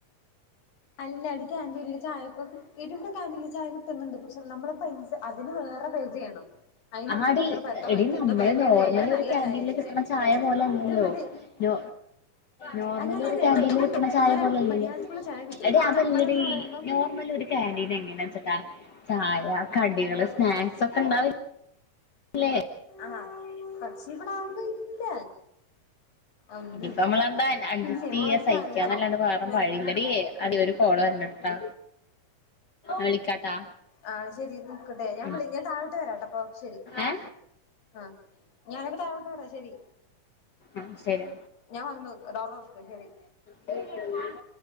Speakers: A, on the left (about 80°); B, on the left (about 70°).
A: അല്ല അടിക്ൻറില്ല ചായൊക്കെ ഇടി ഇവിടെ ക്ൻറില്ല ചായ പണ്ട് പക്ഷെ നമ്മളിപ്പോ അതിന് വേറെ പേച ചെയ്യണം അതിന്
B: ആ
A: ഇപ്പ
B: അടി
A: എത്ര പത്തോ പതിനഞ്ചോ
B: എടി നമ്മള്
A: എന്തോ പേ ചെയ്ത്
B: നോർമലി
A: കഴിഞ്ഞാൽ നല്ല
B: ഒരു കാക്ാന്റീനിൽ
A: ചായ വെച്ച്
B: കിട്ടണ
A: തരും
B: ചായ പോലെല്ലല്ലോ
A: ഇത് മറ്റേ
B: നേ നോർമലകേൻ്റിന്ന്
A: അല്ലല്ലല്ല കിട്ടും കിട്ടും
B: കിട്ടണ ചായ
A: അങ്ങനെ
B: പോലെല്ലല്ലേ
A: മര്യാദക്കുള്ള ചായ കിട്ടും
B: എടി
A: ഇപ്പൊ
B: അതല്ലടി
A: നമ്മളെന്ന് പറയുമ്പം
B: നോർമല് ഒരു കാൻ്റി ൻ്റിന്എങ്ങനാ വെച്ചട്ടാ ചായ കടികള് സ്നാക്സ് ഒക്കെ ഉണ്ട കില്ലെ
A: ആഹ് പക്ഷ ഇവിടാതൊന്ന ഇല്ല ഒന്നുല്ല
B: ഇനിയിപ്പ നമ്മളെന്താ അഡജസ്റ്റ്
A: പിന്നെ മോളെ
B: ചെയ്യാ
A: ഒരു
B: സഹിക്കാന്നല്ലാണ്ട്
A: കാര്യം ചെയ്യ്
B: വേറും
A: മേ
B: പഴിയില്ല അ അത്വരു കോട വഞ്ഞിട്ടാ വിളിക്കാട്ടാ
A: ആഹ ശരി നോക്കട്ടെ ഞാൻ
B: ഉം
A: വിളിക്കട്ട താഴത്ത് വരാട്ടോ അപ്പ ശെരി
B: ഏ
A: ആഹ ഞാനിപ്പോ താഴോട്ട് പരാ ശരി
B: ആ ശരി
A: ഞാൻ വന്നു ഡോർ തുറക്ക് ശരി
B: ശരി നാണു